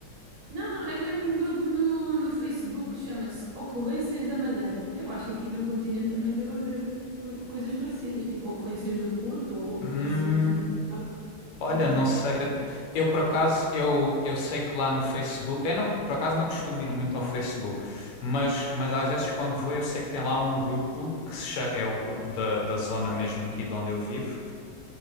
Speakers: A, on the right (about 70°); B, on the left (about 80°).
A: Não, não, é mesmo um grupo no, no Facebook, chama-se Ocorrências da Madeira. Eu acho que aqui no continente também deve haver por- coisas parecidas, tipo ocorrências do Porto ou ocorrências
B: Hum,
A: no Algarve,
B: olha,
A: não?
B: não sei. Eu, eu, por acaso, eu, eu sei que lá no Facebook, eu não, por acaso não costumo ir muito ao Facebook, mas, mas às vezes quando vou eu sei que tem lá um grupo que se cha- é o grupo da, da zona mesmo aqui de onde eu vivo,